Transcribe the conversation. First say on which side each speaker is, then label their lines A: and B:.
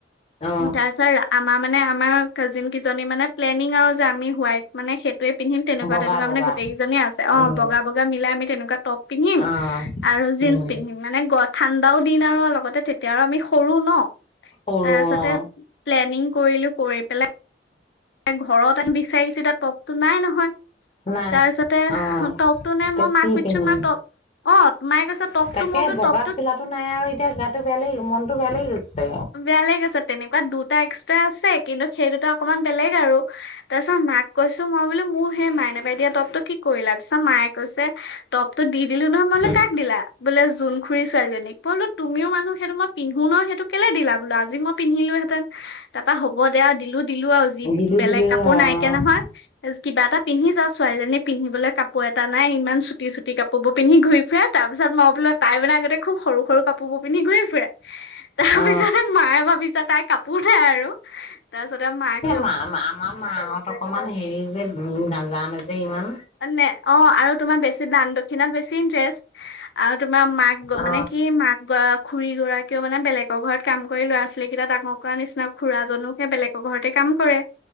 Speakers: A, on the left; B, on the left.
A: অ
B: তাৰছত আমাপ মানে আমাৰ কাজিন কিজনী মানে প্লেনিং আৰু যে আমি হোৱাই মানে চে তোৱে পিন্ধিম তেনেকুৱা
A: বগা
B: তেনেকুৱা
A: বগা
B: মানে গোটেইকেইজনীয়ে আছে অ
A: উম
B: বগা বগা মিলাই আমি তেনেকুৱা টপ পিন্ধিম
A: অ
B: আৰু জিঞ্চ
A: উম
B: পিন্ধিম মানে গত ঠাণ্ডাও দিন আউ লগতে টেট তেওঁ আমি সৰু ন
A: সৰু
B: তাৰপিছতে
A: অ
B: প্লেনিং কৰিলো কৰি পেলাই ত ঘৰত আহি বিচাৰিছে তাত <unintelligible> টপটো নাই নহয়।
A: নাই
B: তাৰপিছতে
A: অ
B: টপতটো নাই
A: এতিয়া
B: মই মাক
A: কি
B: সুধিছো
A: পিন্ধিম
B: মা টপ অ মায় কৈছে টপতটো
A: তাকে
B: মই বোলো
A: বগা
B: টপতটো
A: চোলাটো নাই আৰু এতিয়া গাটো বেয়া লাগি মনটো বেয়া লাগি গৈছে
B: বেয়া লাগে গৈছে তেনেকুৱা দুটা টা এক্সট্ৰা আছে কিন্তু সেই দুটা অকণমান। বেলেগ আৰু তাৰপিছত মাক কৈছোঁ মই বোলো মোৰ সেই মাইনা বাই দিয়া টপটো কি কৰিলা? তাৰপাছত মায়ে কৈছে টপটো দি দি দিলো নহয়। মই বোলো
A: উম
B: কাক দিলা? বোলে জোন খুৰী ছোৱালীজনীক। বোলো তুমিও মানুহ সেইটো মই পিন্ধো মোৰ ন সেইটো কেলে দিলা বোলো, আজি মই পিন্ধিলো হেতেন তাৰ পৰা হ'ব দে আও দিলো দিলো আও
A: ঢিলো
B: বেলেগ
A: দিলো
B: কাপোৰ
A: আৰু
B: নাই দিয়া নহয় কিবা এটা পিন্ধি যা ছোৱালীজনীয়ে পিন্ধিবলে কাপোৰ কাপোৰ এটা নাই ইমান চুটি চুটি কাপোৰ বোৰ পিন্ধি ঘূৰি ফুৰে তাৰ পিছত মই বোলো তাই মানে আগতে খুব সৰু সৰু কাপোৰ বোৰ পিন্ধি ঘূৰি ফুৰে। তাৰ
A: অ
B: পিছতে মায়ে ভাবিছে তাই কাপোৰ নাই আৰু। তাৰপিছতে মাক
A: এই মা মা আমাৰ মা হত অকণমাণ হেৰি যে উম নাজানে যে ইমান।
B: নে অ আৰু তোমাৰ বেছি দান দক্ষিণাত বেছি ইন্টাৰেষ্ট আৰু তোমাৰ মাক
A: অ
B: মানে কি মাক খুৰী গৰাকীও মানে বেলেগৰ ঘৰত কাম কৰি ল'ৰা ছোৱালী কেইটা ডাঙৰ কৰা নিচিনা খুড়া জনো সেই বেলেগৰ ঘৰতে কাম কৰে